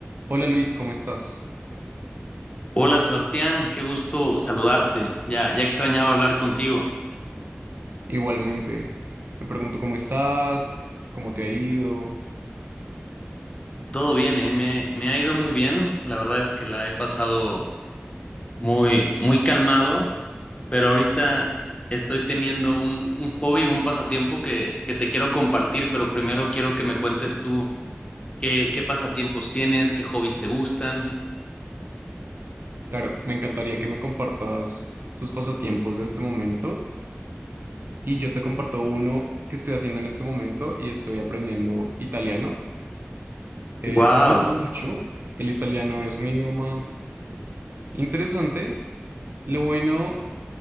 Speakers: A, on the right; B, on the left.
A: Hola Luis, ¿cómo estás?
B: Hola Sebastián, qué gusto saludarte. Ya, ya extrañaba hablar contigo.
A: Igualmente, me pregunto cómo estás, cómo te ha ido.
B: Todo bien, ¿eh? Me, me ha ido muy bien. La verdad es que la he pasado muy, muy calmado, pero ahorita estoy teniendo un, un hobby, un pasatiempo que, que te quiero compartir, pero primero quiero que me cuentes tú qué, qué pasatiempos tienes, qué hobbies te gustan.
A: Claro, me encantaría que me compartas tus pasatiempos de este momento y yo te comparto uno que estoy haciendo en este momento y estoy aprendiendo italiano. Eh,
B: Wow.
A: me ha gustado mucho, el italiano es un idioma interesante. Lo bueno